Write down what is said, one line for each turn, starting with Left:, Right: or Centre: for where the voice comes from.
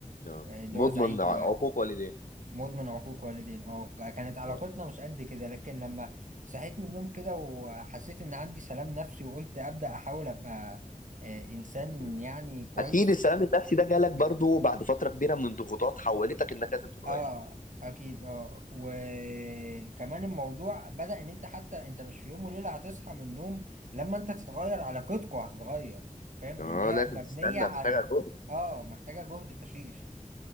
Left: آه.
Right: آه، اللي
Left: مضمن
Right: هو زعيق
Left: ع- عقوق والدين
Right: مدمن عقوق والدين اه كانت علاقتنا
Left: آه.
Right: مش قد كده لكن لما صحيت من النوم كده وحسيت ان عندي سلام نفسي وقلت ابدا احاول ابقى آه، انسان
Left: م.
Right: يعني كويس
Left: اكيد السلام النفسي ده جالك برضو بعد فتره كبيره من الضغوطات حولتك انك لازم تتغير
Right: اه اكيد اه وكمان الموضوع بدا ان انت حتى انت مش في يوم وليله هتصحى من النوم لما انت تتغير علاقتكوا هتتغير فاهم
Left: اه
Right: لان هي
Left: لازم
Right: مبنيه
Left: تستنى
Right: على
Left: محتاجه جهد
Right: اه محتاجه جهد فشيخ